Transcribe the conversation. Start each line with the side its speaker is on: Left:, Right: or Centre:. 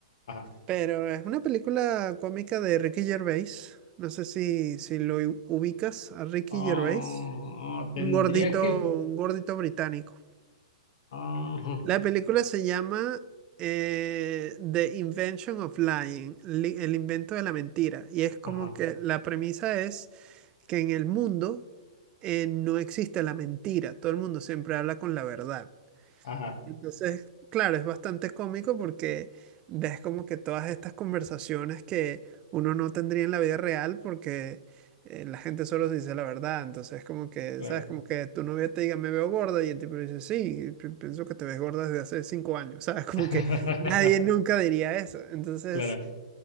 Left: Ajá.
Right: pero es una película cómica de Ricky Gervais. No sé si, si lo u- ubicas a Ricky
Left: Ah,
Right: Gervais,
Left: tendría
Right: un gordito,
Left: que.
Right: un gordito británico.
Left: Ajá,
Right: La película se llama eh, The Invention of Lying, li- el invento de la mentira, y es como
Left: ajá,
Right: que la premisa es que en el mundo eh, no existe la mentira, todo el mundo siempre habla con la verdad.
Left: ajá,
Right: Entonces, claro, es bastante cómico porque ves como que todas estas conversaciones que uno no tendría en la vida real porque eh, la gente solo se dice la verdad. Entonces, como que,
Left: claro.
Right: ¿sabes? Como que tu novia te diga, me veo gorda y el tipo le dice, sí, pi- pienso que te ves gorda desde hace cinco años, <laughs> ¿sabes? Como
Left: <laughs>
Right: que nadie nunca diría eso. Entonces
Left: Claro.